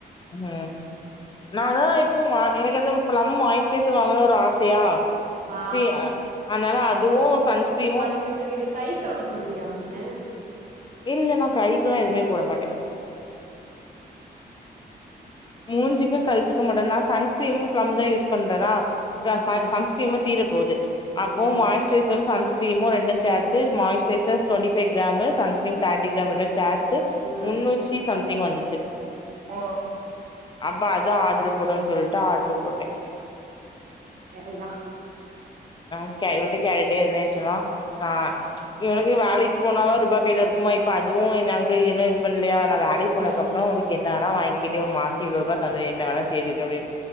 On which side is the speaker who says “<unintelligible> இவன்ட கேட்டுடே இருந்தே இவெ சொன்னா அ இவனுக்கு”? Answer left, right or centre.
Left